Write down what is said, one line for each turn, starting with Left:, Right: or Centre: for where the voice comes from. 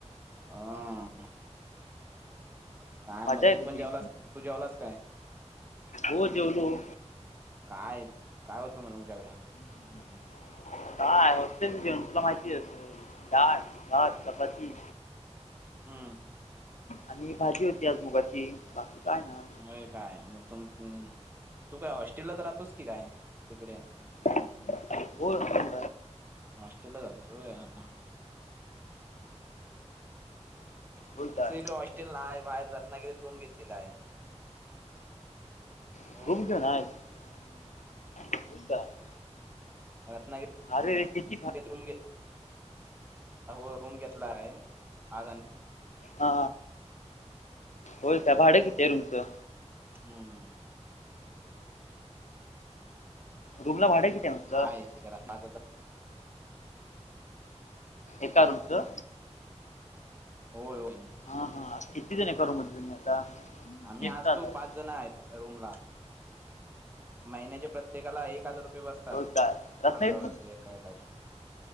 Right: हा काय
Left: मजा
Right: मग
Left: आहे
Right: तू
Left: तुझी
Right: पण जेवलास तू जेवलास काय
Left: हो जेवलो
Right: काय काय होतं म तुमच्याकडं
Left: इनौडिबल काय होस्टेलच जेवण तुला माहिती डाळ भात चपाती
Right: हम्
Left: आणि भाजी होती आज मुगाची. बाकी काय ना
Right: म्ह काय मग तु-म तू काय हॉस्टेललाच राहतोस की काय तिकडे.
Left: इनौडिबल
Right: हॉस्टेलला जातोस होय-हा
Left: होय
Right: आमचं
Left: काय
Right: इकडे हॉस्टेल नाय आहे बाहेर रत्नागिरीत रूम घेतलेल आहे. होय
Left: इनौडिबल
Right: रत्नागि री
Left: आरे कती
Right: ते इनौडीबल रूम घे अहो रूम घेतला आहे आज आणि
Left: हा होय का भाडं किती आहे रुमचं.
Right: हम्
Left: रूम ला भाड किती म्हटलं
Right: हाय ते इनऑडडीबल
Left: एका रूमचं
Right: होय-होय
Left: हा हा किती जण एका रूम मध्ये तुम्ही आता.
Right: आम्ही
Left: एकटाच
Right: असतो
Left: आहे
Right: पाच जण आहेत रूम ला. महिन्याचे प्रत्येकाला एक हजार रुपये बसतात
Left: होय काय रत्नागिरीत
Right: अंगावरती
Left: पण
Right: एका एकाच्या.